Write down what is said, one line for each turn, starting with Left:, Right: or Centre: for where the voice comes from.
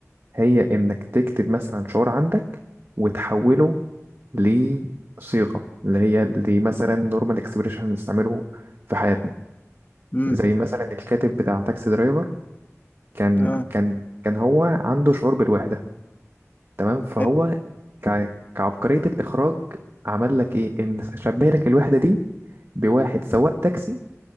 Right: هي إنك تكتب مثلا شعور عندك وتحوله لصيغة اللي هي اللي مثلا نورمال اكسبريشن بنستعمله في حياتنا
Left: مم.
Right: زي مثلا الكاتب بتاع تاكسي درايفر كان
Left: اه
Right: كان كان هو عنده شعور بالوحدة تمام فهو
Left: حلو
Right: ك... كعبقرية الإخراج عمل لك إيه إن شبه لك الوحدة دي بواحد سواق تاكسي